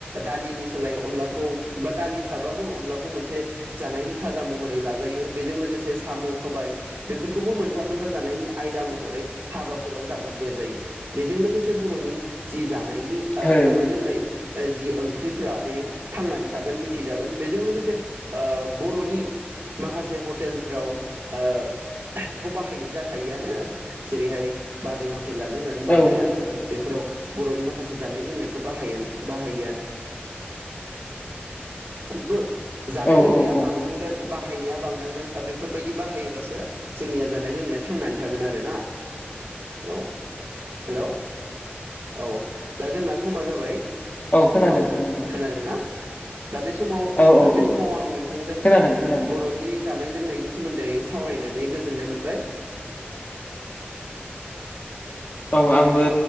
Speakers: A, on the right; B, on the left.
A: दालिनि सोलाय अनलाखौ बा दालि थाबाबो अनलाखौ मोनसे जानायनि खाजा महरै लाजायो बेजों लोगोसे साम' सबाय बेफोरखौबो मोनफा-मोनफा जानायनि आयदा महरै हाबाफोराव दाजाबदेर जायो बेजों लोगोसे बर'नि जि जानाय नि ओ
B: हो
A: जानाय लोंनाय जि ओंख्रिफोरा बे थांनानै थागोन मिथिजागोन बेजों लोगोसे ओ बर'नि माखासे हटेलफ्राव ओ थ बाहायनाय जाखायोआनो जेरैहाय बाजै ह टेलानो होन माबायानो
B: औ
A: होन बेफोराव बर'नि माखासे जानाय लोंनाय खो बाहायोन-बाहायो <unintelligible> जानाय
B: औ
A: लोंनाया
B: औ
A: बांनांगोन बाहायनाया बांनांगोन दा बेफोरबायदि बाहायोबासो जोंनिया जानाय लोंनाया थांनानै थागोन आरोना औ हेलौ औ दा जोंना समा जाबाय
B: खोनादों
A: औ
B: खोनादों
A: खोनादोंना दा बे समाव
B: औ
A: दा बे
B: औ
A: समाव आं नोंथांजों
B: खोनादों खोनादों
A: बर'नि जानाय लोंनायनि सोमोन्दै सावरायनानै गोजोननाय मोनबाय।
B: औ आंबो